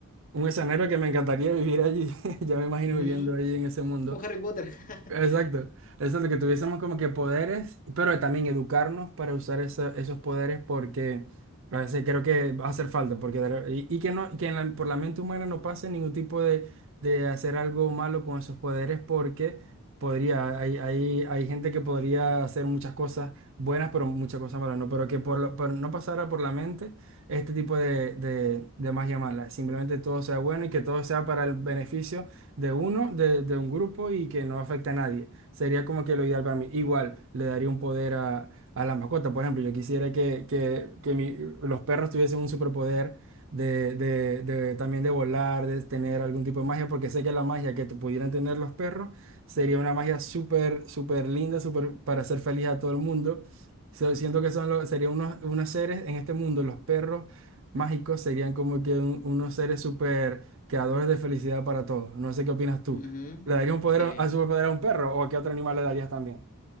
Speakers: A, on the right (about 60°); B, on the left (about 35°).
A: un escenario que me encantaría vivir allí, <laughs> ya me imagino
B: Ujú.
A: viviendo allí en ese mundo.
B: Como Harry Potter. <laughs>
A: Exacto. Exacto, que tuviésemos como que poderes, pero también educarnos para usar esa- esos poderes porque a veces creo que va a hacer falta, porque de re- y, y que no, que en la- por la mente humana no pase ningún tipo de, de hacer algo malo con esos poderes porque podría, hay, hay, hay gente que podría hacer muchas cosas buenas, pero muchas cosas malas, no, pero que por, lo- por no pasara por la mente este tipo de, de, de magia mala, simplemente todo sea bueno y que todo sea para el beneficio de uno, de, de un grupo y que no afecta a nadie. Sería como que lo ideal para mí. Igual le daría un poder a, a la mascota. Por ejemplo, yo quisiera que, que, que mi- los perros tuviesen un superpoder de, de, de también de volar, de tener algún tipo de magia, porque sé que la magia que te pudieran tener los perros sería una magia súper, súper linda, súper para hacer feliz a todo el mundo. So, Siento que son los, serían unos, unos seres en este mundo, los perros mágicos serían como que un- unos seres súper creadores de felicidad para todos. No sé qué opinas tú.
B: Ujú.
A: ¿Le darías un poder,
B: Sí.
A: a superpoder a un perro o a qué otro animal le darías también?